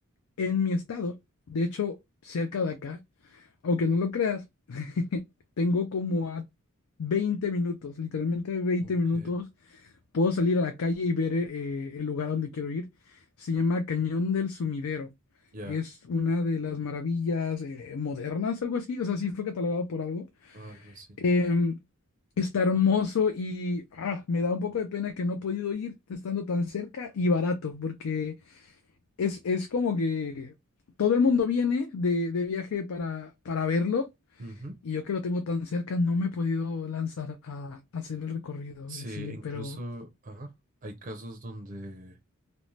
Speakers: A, on the left; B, on the right.
A: en mi estado, de hecho, cerca de acá, aunque no lo creas, <laughs> tengo como a 20 minutos, literalmente veinte
B: ok,
A: minutos, puedo salir a la calle y ver eh, el lugar a donde quiero ir. Se llama Cañón del Sumidero.
B: ya,
A: Es una de las maravillas eh, modernas, algo así. O sea, sí fue catalogado por algo.
B: algo así.
A: Em, está hermoso y ah, me da un poco de pena que no he podido ir estando tan cerca y barato, porque es, es como que todo el mundo viene de, de viaje para, para verlo
B: Ujú.
A: y yo que lo tengo tan cerca no me he podido lanzar a, a hacer el recorrido.
B: Sí,
A: eh, Sí,
B: incluso,
A: pero
B: ajá, hay casos donde